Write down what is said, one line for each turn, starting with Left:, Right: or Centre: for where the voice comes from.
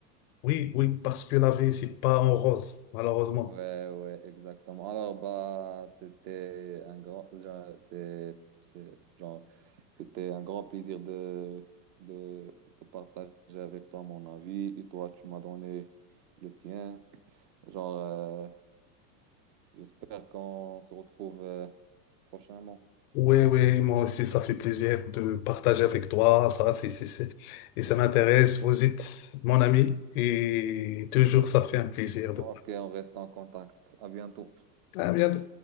Left: oui, oui, parce que la vie, c'est pas en rose, malheureusement.
Right: Ouais, ouais, exactement. Alors, bah, c'était un grand, genre, c'est, c'est, genre, c'était un grand plaisir de, de, de partager avec toi mon avis. Et toi, tu m'as donné le sien. Genre, euh, j'espère qu'on se retrouve euh, prochainement.
Left: Oui, oui, moi aussi, ça fait plaisir de partager avec toi. Ça, c'est, c'est, c'est- et ça m'intéresse. Vous êtes mon ami et toujours, ça fait un plaisir.
Right: Ok,
Left: De...
Right: on reste en contact. À bientôt.
Left: À bientôt.